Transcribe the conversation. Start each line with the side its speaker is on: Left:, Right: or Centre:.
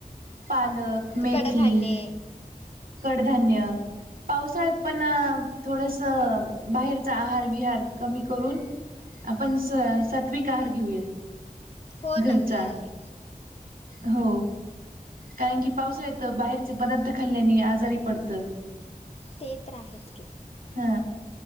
Right: पालक मेथी
Left: कडधान्य
Right: कडधान्य पावसाळ्यात पण थोडस बाहेरचा आहार विहार कमी करून आपण स सात्वीिक आहार घेऊया
Left: हो
Right: घरचा
Left: नाते आहे
Right: हो कारण की पावसाळ्यात बाहेरचे पदार्थ खाल्ल्याने आजारी पडतं
Left: ते तर रा आहेच की
Right: हा